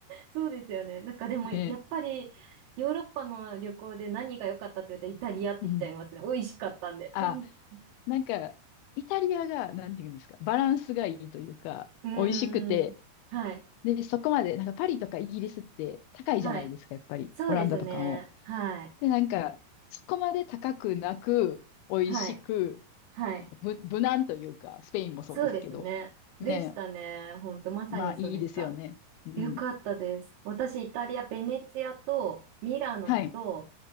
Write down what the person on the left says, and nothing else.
ね。
うん。
あ、
なんか、イタリアが、なんていうんですか、バランスがいいというか、
美味しくて、
で、そこまで、なんかパリとかイギリスって高いじゃないですか、
やっぱり、
オランダとかも。
で、なんか、そこまで高くなく、美味しく、
なんか無、無難というか、スペインもそうですけど、
ね、
まあいいですよね。うん。
はい。